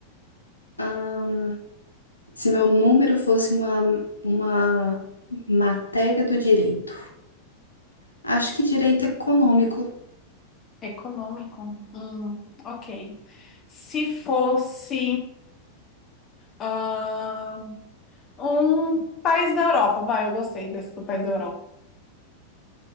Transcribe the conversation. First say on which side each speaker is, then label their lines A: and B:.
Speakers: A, on the left; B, on the left.
A: Ahn, se meu número fosse uma, uma matéria do direito. Acho que direito econômico.
B: Econômico? Hum, ok. Se fosse ah, um país da Europa, vai, eu gostei desse do país da Europa.